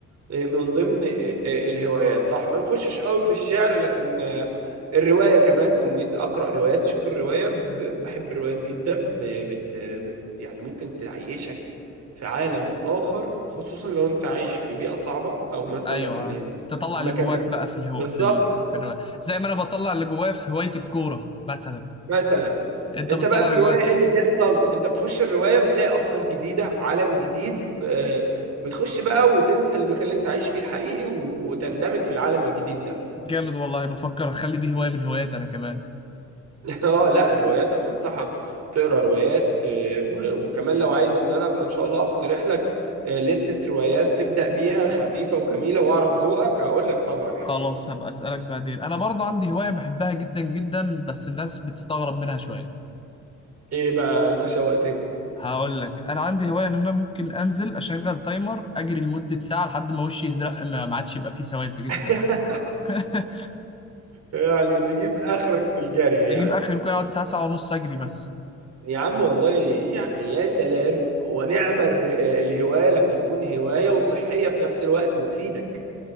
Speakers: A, on the right; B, on the left.
A: آه، من ضمن آه، آه، الهوايات صح ما نخشش قوي في الشعر لكن آه، الروايه كمان اني اقرا روايات شوف الروايه ب- بحب الروايات جدا ب- بت... بت... يعني ممكن تعيشك في عالم اخر خصوصا لو انت عايش في بيئه صعبه او مثلا
B: ايوه آه.
A: آه،
B: تطلع
A: المكان
B: اللي جواك
A: اللي
B: بقى
A: انت-
B: في الهو...
A: بالظبط
B: في ال... في الهواية. زي ما انا بطلع اللي جوايا في هوايه الكوره مثلا
A: مثلا
B: انت
A: انت
B: بتطلع
A: بقى في
B: اللي
A: الروايه
B: جواك
A: ايه اللي بيحصل انت بتخش الروايه بتلاقي ابطال جديده عالم جديد آه، بتخش بقى وتنسى المكان اللي انت عايش فيه الحقيقي و- وتندمج في العالم الجديد ده
B: جامد والله بفكر اخلي دي هوايه من هواياتي انا كمان
A: <laughs> اه لا الروايات انا انصحك تقرا روايات آه، و- وكمان لو عايز ان انا ابقى ان شاء الله اقترح لك آه، لستة روايات تبدأ بيها خفيفة وجميلة واعرف ذوقك هقول لك طبعا يعني
B: خلاص هبقى اسالك بعدين انا برضه عندي هوايه بحبها جدا جدا بس الناس بتستغرب منها شويه
A: ايه بقى انت شوقتني
B: هقول لك انا عندي هوايه ان انا ممكن انزل اشغل تايمر اجري لمده ساعه لحد ما وشي يزرق ما ما عادش يبقى فيه سوائل في جسمي
A: <laughs>
B: حتى <laughs>
A: يعني تجيب اخرك في الجري
B: بجيب
A: يعني
B: اخر ممكن اقعد ساعه ساعه ونص اجري بس
A: يا عم والله يعني يا سلام ونعم الر- الهواية لما تكون هواية وصحية في نفس الوقت وتفيدك